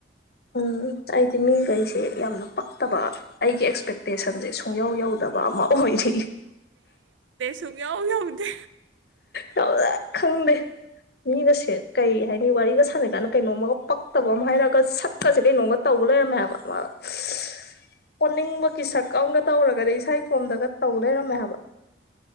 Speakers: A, on the left; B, on the right.
A: ꯎꯝ ꯑꯩꯗꯤ ꯃꯤꯈꯩꯁꯦ ꯌꯥꯝꯅ ꯄꯛꯇꯕ ꯑꯩꯒꯤ ꯑꯦꯛꯁꯄꯦꯛꯇꯦꯁꯟꯁꯦ ꯁꯨꯡ ꯃꯌꯧ ꯌꯧꯗꯕ ꯑꯃ ꯑꯣꯏꯔꯤ
B: ꯁꯨꯡ ꯌꯥꯎ ꯌꯥꯎꯗꯦ
A: ꯇꯧꯖ ꯈꯪꯗꯦ ꯃꯤꯒꯁꯦ ꯀꯩ ꯍꯥꯏꯅꯤ ꯋꯥꯔꯤꯒ ꯁꯥꯟꯅꯩꯀꯥꯟꯗ ꯀꯩꯅꯣꯝꯃꯒ ꯄꯛꯇꯕ ꯑꯃ ꯍꯥꯏꯔꯒ ꯁꯛꯄꯁꯦ ꯀꯩꯅꯣꯝꯒ ꯇꯧꯕ ꯂꯩꯔꯝꯃꯦ ꯍꯥꯏꯕ ꯑꯣꯅꯤꯡꯕꯒꯤ ꯁꯛꯒ ꯇꯧꯔꯒꯗꯤ ꯏꯁꯥ ꯐꯣꯝꯗꯒ ꯇꯧ ꯂꯩꯔꯝꯃꯦ ꯍꯥꯏꯕ